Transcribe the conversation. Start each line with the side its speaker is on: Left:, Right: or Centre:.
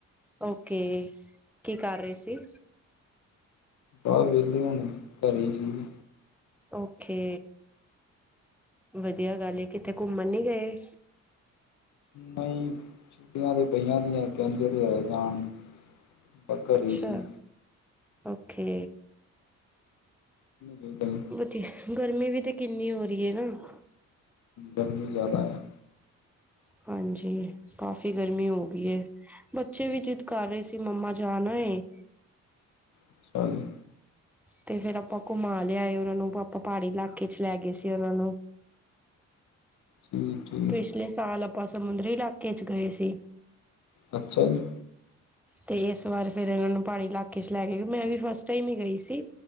Centre: ਓਕੇ ਕੀ ਕਰ ਰਹੇ ਸੀ।
Left: ਆ ਵਿਹਲੇ ਹੋਣੇ ਘਰੇ ਹੀ ਸੀਗੇ।
Centre: ਓਕੇ ਵਧੀਆ ਗੱਲ ਏ, ਕਿਥੇ ਘੁੰਮਣ ਨੀ ਗਏ।
Left: ਨਹੀਂ ਛੁੱਟੀਆਂ ਤੇ ਪਈਆਂ ਦੀਆਂ, ਕਹਿੰਦੇ ਤੇ ਹੈ ਜਾਣ ਨੂੰ। ਔ ਘਰੇ
Centre: ਅੱਛਾ
Left: ਹੀ ਸੀ।
Centre: ਓਕੇ।
Left: ਗਏ ਕਈ।
Centre: ਜੀ ਗਰਮੀ ਵੀ ਤੇ ਕਿੰਨੀ ਹੋ ਰਹੀ ਹੈ ਨਾ।
Left: ਗਰਮੀ ਜ਼ਿਆਦਾ ਆ।
Centre: ਹਾਂਜੀ ਕਾਫੀ ਗਰਮੀ ਹੋ ਗਈ ਹੈ। ਬੱਚੇ ਵੀ ਜਿੱਦ ਕਰ ਰਹੇ ਸੀ, ਮੰਮਾ ਜਾਣਾ ਏ।
Left: ਅੱਛਾ ਜੀ।
Centre: ਤੇ ਫੇਰ ਆਪਾਂ ਘੁੰਮਾ ਲਿਆ ਆਏ ਉਹਨਾਂ ਨੂੰ, ਆਪਾਂ ਪਹਾੜੀ ਇਲਾਕੇ ਚ ਲੈ ਗਏ ਸੀ ਉਹਨਾਂ ਨੂੰ।
Left: ਠੀਕ ਠੀਕ
Centre: ਪਿਛਲੇ ਸਾਲ ਆਪਾਂ ਸਮੁੰਦਰੀ ਇਲਾਕੇ ਚ ਗਏ ਸੀ।
Left: ਅੱਛਾ ਜੀ।
Centre: ਤੇ ਇਸ ਵਾਰ ਫੇਰ ਇਹਨਾਂ ਨੂੰ ਪਹਾੜੀ ਇਲਾਕੇ ਚ ਲੈ ਕੇ ਗਏ, ਮੈਂ ਵੀ ਫਸਟ ਟਾਈਮ ਹੀ ਗਈ ਸੀ।